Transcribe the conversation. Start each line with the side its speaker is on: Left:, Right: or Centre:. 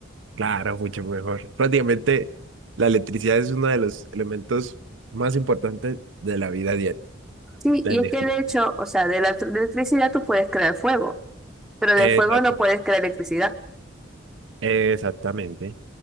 Right: Claro, mucho mejor. Prácticamente la electricidad es uno de los elementos más importantes de la vida diaria,
Centre: Sí,
Right: la
Centre: y
Right: energía.
Centre: es que de hecho, o sea, de la electri- de electricidad tú puedes crear fuego, pero
Right: Exacto.
Centre: del fuego no puedes crear electricidad.
Right: Exactamente.